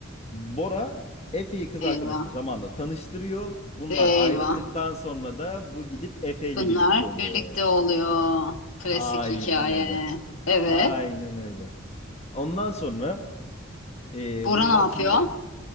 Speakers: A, on the left; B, on the left.
A: Bora Efe'yi kız arkadaşını
B: Eyvah,
A: zamanla tanıştırıyor. Bunlar
B: eyvah.
A: ayrıldıktan sonra da bu gidip Efe ile
B: Bunlar
A: birlikte oluyor.
B: birlikte oluyor. Klasik
A: Aynen
B: hikaye.
A: öyle.
B: Evet.
A: Aynen öyle. Ondan sonra ee,
B: Bora
A: bunlar
B: ne yapıyor?
A: şimdi